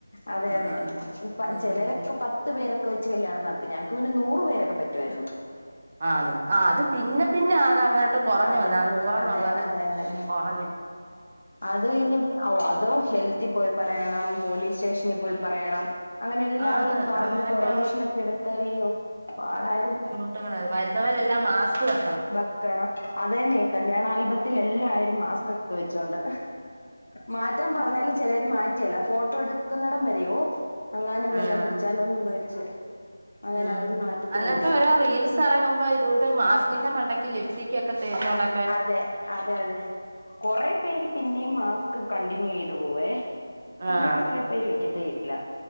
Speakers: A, on the left (about 70°); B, on the right (about 35°).
A: അതെ
B: ഉം
A: അതെ പ
B: ഉം
A: ചെലരൊക്കെ പത്ത് പേരൊക്കെ വെച്ച് കല്യാണം നടത്തി ഞങ്ങക്ക് പിന്നെ നൂറ് പേരൊക്കെ പറ്റു വായിരുന്നു
B: ആന്ന് ആഹ് അത് പിന്നെ പിന്നെ അതങ്ങ ട്ട് കൊറഞ്ഞ്
A: അതെ
B: വന്ന് ആ നൂറെന്നുള്ളത്
A: അതെ അതെ അതെ
B: കൊറഞ്ഞ്
A: അത് കയിഞ്ഞ് ഔ അതോ ഹെൽത്തിപ്പോയി പറയണം പോലീസ് സ്റ്റേഷനിൽ പോയി പറയണം അങ്ങനെ എല്ലാട്ത്തും
B: ആന്ന്
A: പറഞ്ഞ്
B: അങ്ങനെയൊക്കെയുള്ള
A: പെർമിഷ്നൊക്കെ ഇട്ത്ത് അയ്യാെ പാടായിരുന്നു
B: ഇട്ട്ക്ക്ണത് വരുന്നവരെല്ലാം മാസ്ക് വെ
A: വെക്കണം അതെന്നേയ് കല്യാണ ആൽബത് ത്തിലെല്ലാരും മാസ്ക്കെട്ത്ത് വെച്ചോണ്ട് മാറ്റാൻ പറഞ്ഞാലും ചെലോര് മാ റ്റിയെല്ല ഫോട്ടോ എട്ക്ക്ന്നെടം വരെയും ഓ അങ്ങാനുമ്പല്ലോം
B: ആഹ്
A: പിടിച്ചാലോന്നും പേടിച്ച് അങ്ങനെ
B: ഉം
A: ആരും മാറ്റത്ത്
B: അതിനൊക്കെ
A: പോലുവ
B: ഓരോ റീൽസ് സറങ്ങുമ്പ ഇത് കൂട്ട് മാസ്കിന്റെ മണ്ടക്ക് ലിഫ്റ്റിക്കൊക്കെ തേച്ചോണ്ടാ
A: അതെ അതെ അതെ കൊറേ പേര് പിന്നേം മാസ്ക് കണ്ടിന്യൂയ്തു പോവേ പിന്നെ
B: ആഹ്
A: കൊറെ പേര് വെക്കത്തേയില്ല.